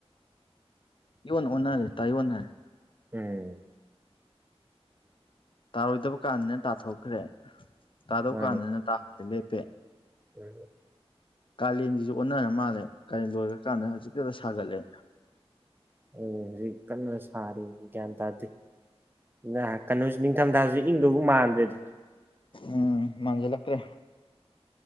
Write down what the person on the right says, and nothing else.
ꯎꯝ
ꯃꯥꯅꯦ
<unintelligible>
ꯑꯗꯨꯅꯤ ꯍꯧꯖꯤꯛ ꯀꯟꯅ ꯁꯥꯔꯤ ꯒ꯭ꯌꯥꯟ ꯇꯥꯗꯦ <unintelligible> ꯀꯩꯅꯣꯁꯤ ꯅꯤꯡꯊꯝꯊꯥꯁꯤ ꯏꯪꯗꯧꯒ ꯃꯥꯟꯗ꯭ꯔꯦꯗ